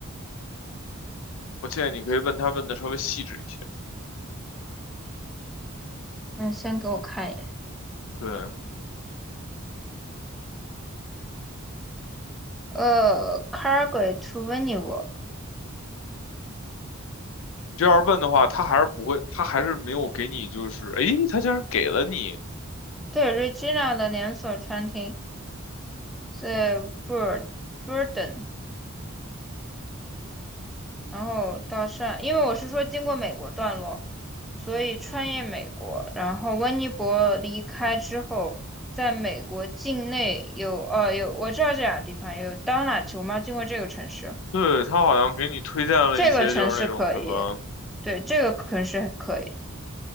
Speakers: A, on the left; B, in the centre.
A: 我建议你可以问他问的稍微细致一些。
B: 那先给我看一眼。
A: 对，你
B: 呃，Cargo to Venice，
A: 这样问的话，他还是不会，他还是没有给你，就是诶，他竟然给了你，
B: 对，Regina 的连锁餐厅在 Bur Burden，然后到上，因为我是说经过美国段落，所以穿越美国，然后温尼伯离开之后，在美国境内有呃有我知道这两个地方有 Donut，我们要经过这个城市，
A: 对，他好像给你推荐了一些，
B: 这个城市可以，
A: 就是那种什么，
B: 对，这个城市还可以，